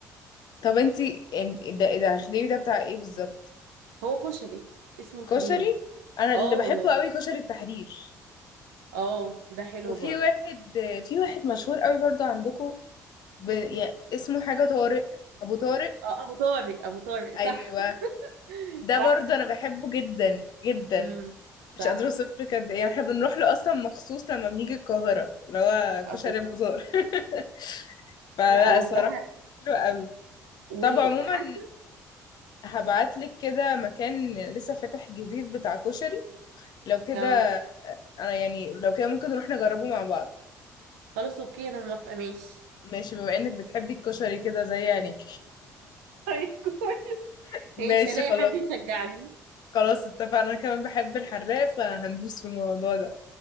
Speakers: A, on the left; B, on the right.
A: طب انتي إن- ده ده خديوي ده بتاع ايه بالظبط
B: هو كشري اسمه الخديوي
A: كشري انا
B: اه
A: اللي بحبه قوي كشري التحرير
B: اه ده حلو
A: وفي
B: برضه
A: واحد في واحد مشهور قوي برضو عندكم ب... يعني اسمه حاجه طارق ابو طارق
B: اه ابو طارق ابو طارق صح
A: ايوه
B: <laughs>
A: ده
B: صح
A: برضو انا بحبه جدا جدا
B: امم
A: مش
B: صح
A: قادرة اوصف لك قد ايه يعني احنا بنروح له اصلا مخصوص لما بنيجي القاهرة اللي هو كشري
B: اهو
A: أبو زار <laughs> فلا
B: لا هو
A: الصراحة
B: صراحة
A: حلو قوي
B: وعارف
A: طب عموما هبعت لك كده مكان لسه فاتح جديد بتاع كشري لو كده
B: اهو
A: انا يعني لو كده ممكن نروح نجربه مع بعض
B: خلاص اوكي انا موافقة ماشي
A: ماشي بما انك بتحبي الكشري كده زي يعني
B: <laughs> طيب كويس
A: <laughs>
B: ماشي
A: ماشي
B: هلاقي
A: خلاص
B: حد يشجعني
A: خلاص اتفقنا انا كمان بحب الحراق فهندوس في الموضوع ده